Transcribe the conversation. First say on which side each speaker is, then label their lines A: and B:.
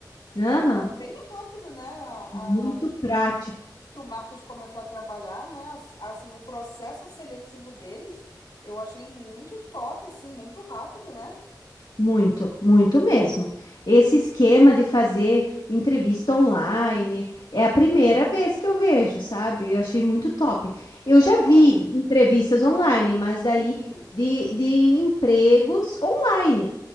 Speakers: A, on the left (about 70°); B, on the left (about 85°).
A: né?
B: Aham,
A: E foi bem rápido, né? A,
B: Muito
A: a, que
B: prático.
A: o que o Marcos começou a trabalhar, né? Ass- Assim, o processo seletivo deles, eu achei muito top, assim, muito rápido, né?
B: Muito, muito mesmo. Esse esquema de fazer entrevista online é
A: Uhum.
B: a primeira vez que eu vejo, sabe? Eu achei muito top. Eu
A: É,
B: já vi entrevistas online, mas daí
A: sim.
B: de, de empregos online,